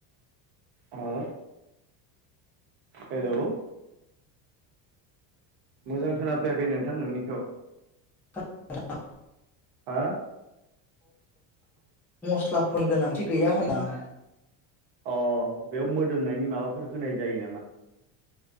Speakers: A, on the right; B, in the centre.
A: औ हेलौ मोजां खोनाफैयाखै नोंथां नोंनिखौ।
B: <unintelligible>
A: हा?
B: मस्ला <unintelligible> गोनांथि गैया होदों आं
A: अ बेयाव मोदोमनायनि माबाफोर होनाय जायो नामा?